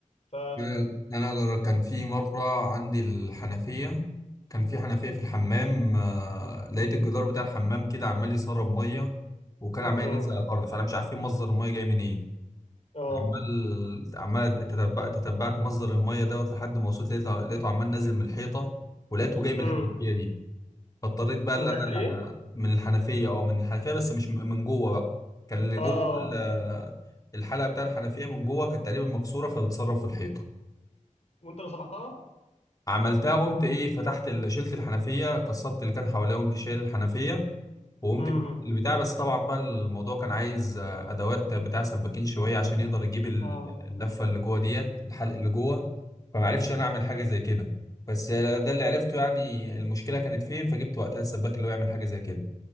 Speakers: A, on the left; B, on the left.
A: ف
B: انا انا جر- كان في مره عندي الحنفيه كان في حنفيه في الحمام آه، لقيت الجدار بتاع الحمام كده عمال يسرب ميه وكان عمال
A: امم
B: ينزل على الارض فانا مش عارفين مصدر الميه جاي منين
A: اه
B: عمال عمال تتبع تتبعت مصدر الميه دوت لحد ما وصلت لقيته لقيته عمال نازل من الحيطه ولقيته جاي من
A: امم
B: الحنفيه دي فاضطريت بقى
A: من
B: اللي
A: تحت
B: انا
A: الايه
B: من الحنفيه او من الحنفيه بس مش م- من جوه بقى كان اللي
A: اه
B: جوه ال- الحلقه بتاع الحنفيه من جوه كانت تقريبا مكسوره فبتسرب في الحيطه
A: وانت اللي صلحتها
B: عملتها قمت ايه فتحت ال- شلت الحنفيه كسرت اللي كان حواليها وقمت شايل الحنفيه وقمت
A: امم
B: فك البتاع بس طبعا بقى الموضوع كان عايز آه، ادوات بتاع سباكين شويه عشان يقدر يجيب ال-
A: اه
B: اللفه اللي جوه ديت الحلق اللي جوه فما عرفش انا اعمل حاجه زي كده بس آه، ده اللي عرفته يعني المشكله كانت فين فجبت وقتها السباك اللي هو يعمل حاجه زي كده